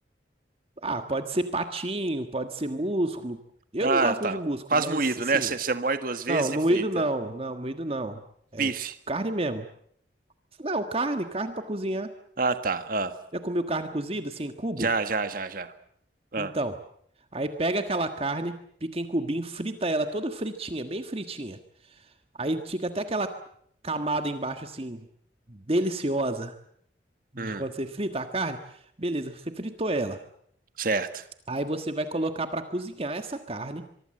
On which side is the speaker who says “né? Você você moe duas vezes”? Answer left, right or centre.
Right